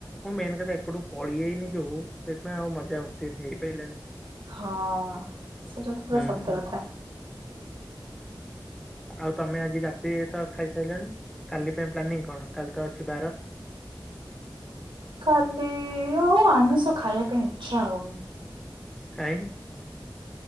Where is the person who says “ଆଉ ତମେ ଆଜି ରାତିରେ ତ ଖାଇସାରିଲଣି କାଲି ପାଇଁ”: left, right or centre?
Centre